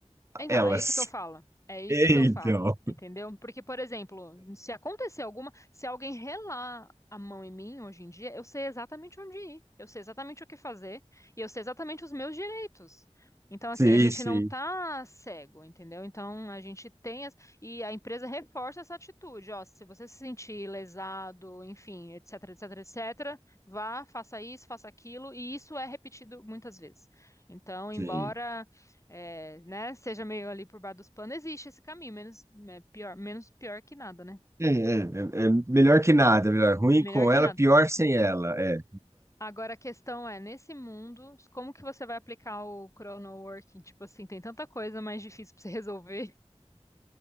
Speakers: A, on the left; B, on the right.
A: Então,
B: elas.
A: é isso que eu falo. É isso
B: <laughs>
A: que eu falo,
B: Então.
A: entendeu? Porque, por exemplo, se acontecer alguma, se alguém relar a mão em mim hoje em dia, eu sei exatamente onde ir, eu sei exatamente o que fazer e eu sei exatamente os meus direitos. Então, assim,
B: Sim,
A: a gente
B: sim,
A: não tá cego, entendeu? Então, a gente tem as... e a empresa reforça essa atitude, ó, se você se sentir lesado, enfim, etc, etc, etc, vá, faça isso, faça aquilo, e isso é repetido muitas vezes. Então, embora
B: sim.
A: é, né, seja meio ali por baixo dos panos, existe esse caminho, menos é, pior, menos pior que nada, né?
B: É, é, é, é melhor que nada, melhor. Ruim
A: Melhor
B: com
A: que
B: ela,
A: nada.
B: pior sem ela. É,
A: Agora a questão é, nesse mundo, como que você vai aplicar o chrono working? Tipo assim, tem tanta coisa mais difícil pra você resolver. <laughs>